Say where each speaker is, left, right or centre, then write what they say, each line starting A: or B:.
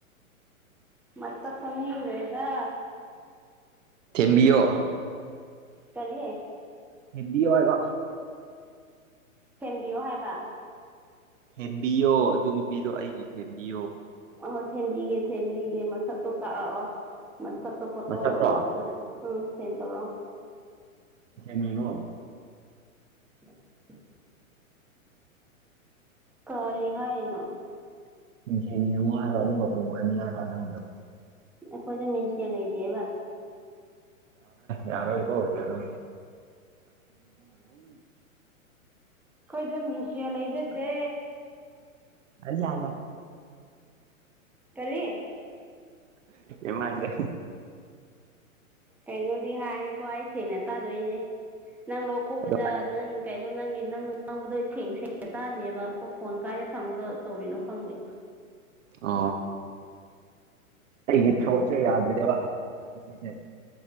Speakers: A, in the centre; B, on the right.
A: ꯃꯥꯁꯛ ꯈꯪꯅꯤꯡꯈꯔꯤꯗꯥ
B: ꯊꯦꯝꯕꯤꯌꯣ
A: ꯀꯔꯤ
B: ꯊꯤꯟꯕꯤꯌꫭ ꯍꯥꯏꯕ
A: ꯁꯦꯝꯕꯤꯌꯣ ꯍꯥꯏꯕ
B: ꯊꯦꯝꯕꯤꯌꯣ ꯑꯗꯨ ꯅꯨꯄꯤꯗꯣ ꯑꯩꯒꯤ ꯊꯦꯝꯕꯤꯌꯣ
A: ꯍꯣꯏ ꯊꯦꯟꯕꯤꯒꯦ ꯊꯦꯟꯕꯤꯒꯦ ꯃꯁꯛꯇꯣ ꯇꯥꯛꯑꯣ ꯃꯁꯛꯇꯣ ꯐꯣꯇꯣ
B: ꯃꯁꯛꯂꯣ
A: ꯑꯥ ꯁꯦꯟ ꯇꯧꯔꯛꯑꯣ
B: ꯃꯉꯣꯔꯣ
A: <unintelligible> ꯀꯔꯤ ꯍꯥꯏ ꯍꯥꯏꯅꯣ
B: ꯃꯅ ꯀ ꯃꯅꯤ ꯃꯅ ꯀꯣ
A: ꯑꯈꯣꯏꯗꯤ ꯃꯤꯡꯁꯦꯜ ꯂꯩꯇꯕꯥ
B: ꯌꯥꯔꯣ ꯏꯀꯣꯠꯇꯤꯟꯔ
A: ꯑꯩꯈꯣꯏꯗꯃꯤꯁꯦ ꯂꯩꯖꯗꯦ
B: ꯑ ꯌꯥ
A: ꯀꯔꯤ
B: ꯏꯃꯒ
A: ꯀꯩꯅꯣꯗꯤ ꯍꯥꯏꯀꯣ ꯑꯩ ꯁꯦꯅ ꯇꯥꯗꯣꯏꯅꯦ ꯅꯪ ꯂꯣꯛ ꯈꯨꯣꯕꯗ
B: ꯑꯗꯣ
A: ꯅꯪ ꯀꯩꯅꯣ ꯅꯪꯒꯤ ꯅꯪꯅ ꯉꯥꯡꯕꯗꯣ ꯁꯦꯡ ꯁꯦꯡꯅ ꯇꯥꯗꯦꯕ ꯐꯣꯟ ꯀꯥꯏꯔꯦ ꯊꯝꯃꯒ ꯇꯧꯔꯤꯅꯣ ꯈꯪꯗꯦ
B: ꯑ ꯑꯩꯒꯤ ꯊꯕꯣꯁꯦ ꯌꯥꯗ꯭ꯔꯦꯕ ꯑꯗꯨꯦ